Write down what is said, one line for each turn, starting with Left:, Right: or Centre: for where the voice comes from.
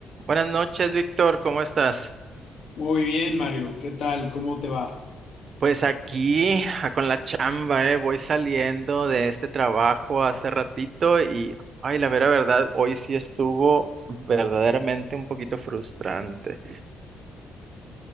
Right: Buenas noches, Víctor, ¿cómo estás?
Left: Muy bien, Mario, ¿qué tal? ¿Cómo te va?
Right: Pues aquí ah, con la chamba, eh, voy saliendo de este trabajo hace ratito y, ay, la vera verdad, hoy sí estuvo verdaderamente un poquito frustrante.